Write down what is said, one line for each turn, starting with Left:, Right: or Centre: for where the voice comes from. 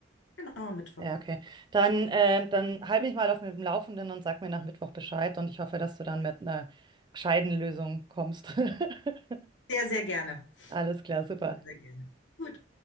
Left: Genau, Mittwoch.
Right: Ja, okay. Dann, äh, dann halt mich mal auf dem Laufenden und sag mir nach Mittwoch Bescheid und ich hoffe, dass du dann mit einer gescheiten Lösung kommst. <laughs>
Left: Sehr, sehr gerne.
Right: Alles klar, super.
Left: Sehr gerne. Gut.